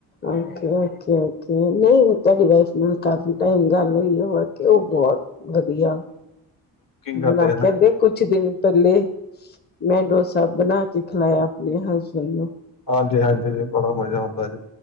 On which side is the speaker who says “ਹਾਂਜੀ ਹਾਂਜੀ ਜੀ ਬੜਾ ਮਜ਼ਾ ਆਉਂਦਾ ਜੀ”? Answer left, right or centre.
Left